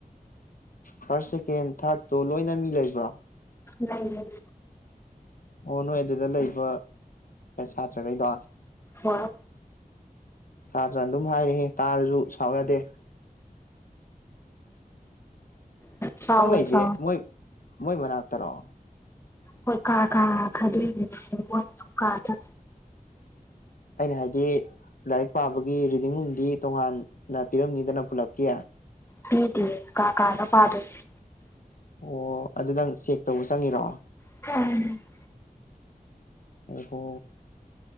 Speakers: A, on the left; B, on the left.
A: ꯐꯥꯔꯁ ꯁꯦꯀꯦꯟ ꯊꯥꯔꯠꯇꯨ ꯂꯣꯏꯅ ꯃꯤ ꯂꯩꯕ꯭ꯔ‌ꯣ
B: ꯂꯩ ꯂꯩ
A: ꯑꯣ ꯅꯣꯏ ꯑꯗꯨꯗ ꯂꯩꯕ ꯁꯥꯇ꯭ꯔꯈꯩꯗꯣ
B: ꯍꯣꯏ
A: ꯁꯥꯇ꯭ꯔ ꯑꯗꯨꯝ ꯍꯥꯏꯔ‌ꯦꯍ‌ꯦ ꯇꯥꯔꯁꯨ ꯁꯥꯎ ꯌꯥꯗꯦ
B: ꯆꯥꯎꯔ
A: ꯅꯪ ꯂꯩꯁꯦ ꯃꯣꯏ ꯃꯣꯏ ꯃꯅꯥꯛꯇꯔꯣ
B: ꯍꯣꯏ ꯀꯥ ꯀꯥ ꯈꯥꯏꯗꯣꯛꯏꯅ‌ꯦ ꯃ‌ꯣꯏ ꯀꯥꯗ
A: ꯑꯩꯅ ꯍꯥꯏꯗꯤ ꯂꯥꯏꯔꯤꯛ ꯄꯥꯕꯒꯤ ꯔꯤꯗꯤꯡꯔꯨꯝꯗꯤ ꯇꯣꯉꯥꯟꯅ ꯄꯤꯔꯝꯅꯤꯗꯅ ꯄꯨꯜꯂꯛꯀꯤ
B: ꯄꯤꯗꯦ ꯀꯥ ꯀꯥꯗ ꯄꯥꯗꯣꯏꯅ‌ꯦ
A: ꯑꯣ ꯑꯗꯨ ꯅꯪ ꯆꯦꯛ ꯇꯧꯕ ꯆꯪꯉꯤꯔꯣ
B: <unintelligible>
A: ꯑꯣꯍꯣ